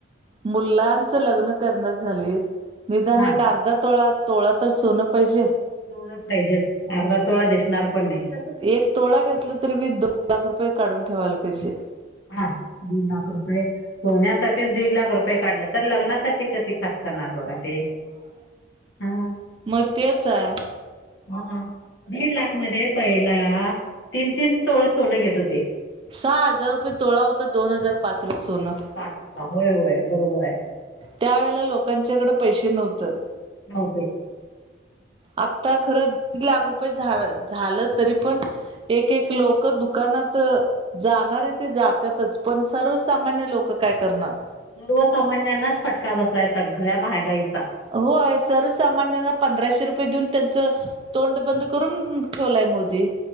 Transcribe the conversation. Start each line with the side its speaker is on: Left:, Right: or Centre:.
Right: मुलांचं लग्नं करणारं झालीतं निदांन
Left: हा
Right: एक अर्धा तोळां तोळां तरं सोनं पाहिजे.
Left: तोळा चं पाहिजेतं अर्धा तोळां दिसणारं पणं नाहीं.
Right: एक तोळां घेतलं तरी मी पांच लाख रुपये काढूंन ठेवायंला पाहिजे.
Left: हां दीड लाखं रुपये पोहण्यांसाठीचं दीड लाखं रुपये. रे काढलं तरं लग्नांसाठी कधीं खर्च करणारं बघा ते हं
Right: मंग ‌तेचं आयं.
Left: हां दीड लाखं मध्यें पहिलां तीनं तीनं सोळं सोनं घेतं होतें.
Right: सहां हजारं रुपये तोळां होत दोन हजांर पांच लां सोनं.
Left: अच्छा होयं होयं बरोबर आहे.
Right: त्यांवेळेलां लोकांच्यांकडं पैसे नव्हतं.
Left: हो ते,
Right: आतां खरं दीड लांख रुपये झा झालं तरी पणं एक एक लोकं दुकानांत जाणांरे ते जातं त्यांतचं पणं सर्वसामान्यं लोकं कायं करणारं
Left: सर्वसामान्यांनाचं फटकां बसवांईचां सगळ्यां महागांईचां
Right: होयं सर्वसामान्यांना पंधराशे रुपये देऊंन त्यांचं तोंड बंद करूंन ठेवलायं मोदीं